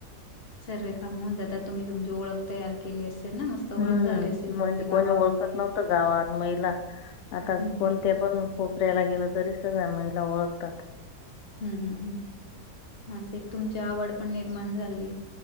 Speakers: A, on the left (about 40°); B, on the left (about 80°).
A: सर्व कामे होऊ जातात. तुम्ही तुमची ओळख तयार केली असेल ना मस्त. ओळख
B: हम्म,
A: झाली असेल तुमची
B: म्हणजे
A: गावामध्ये
B: कोणी ओळखत नव्हत गावात. महिला आता
A: हं
B: कोणत्या
A: हं
B: पण कोपऱ्याला गेल तरी सगळया महिला ओळखतात.
A: हम्म हम्म हम्म, अस एक तुमची आवड पण निर्माण झाली.